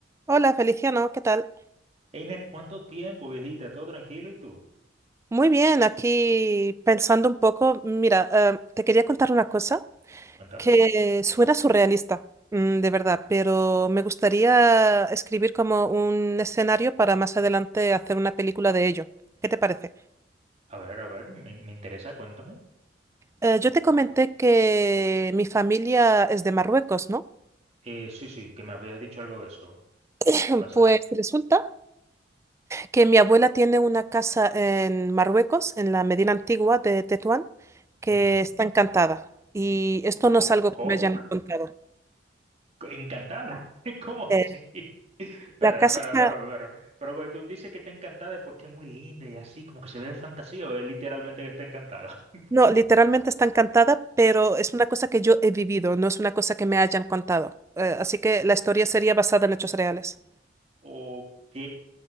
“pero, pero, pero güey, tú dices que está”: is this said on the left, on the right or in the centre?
Right